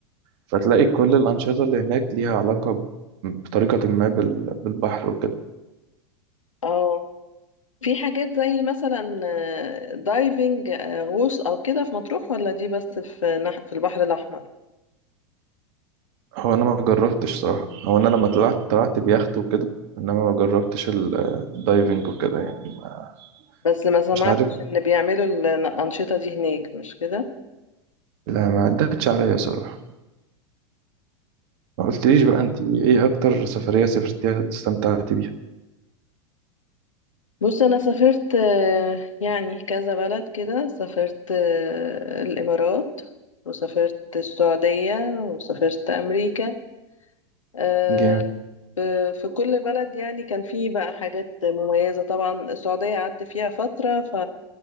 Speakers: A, on the right; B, on the left.
A: فتلاقي كل الأنشطة اللي هناك ليها علاقة ب- بطريقة ما بال- بالبحر وكده
B: اه في حاجات زي مثلا آه، دايفنج آه، غوص او كده في مطروح ولا دي بس في نح في البحر الاحمر
A: هو أنا ما جربتش صراحة هو أنا لما طلعت طلعت بيخت وكده إنما ما جربتش ال- الدايفنج وكده يعني ما
B: بس ما سمعتش
A: مش عارف
B: ان بيعملوا الانشطة دي هناك مش كده
A: لا ما عدتش عليا صراحة ما قلتليش بقى أنت إيه أكتر سفرية سافرتيها استمتعتي بيها
B: بص انا سافرت آه، يعني كذا بلد كده سافرت آه، الامارات وسافرت السعودية وسافرت امريكا آه،
A: جامد
B: ف- في كل بلد يعني كان فيه بقى حاجات مميزة طبعا السعودية قعدت فيها فترة ف